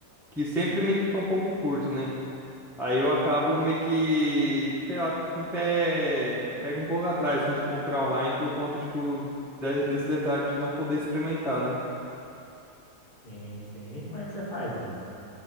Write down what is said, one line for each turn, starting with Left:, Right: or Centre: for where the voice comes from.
Centre: que sempre meio que fica um pouco curto, né? Aí eu acabo meio que, sei lá, fico com o pé, pego um pouco atrás, assim, de comprar online por conta, tipo, de- desse detalhe de não poder experimentar, né?
Left: Sim, sim. E como é que você faz, mano?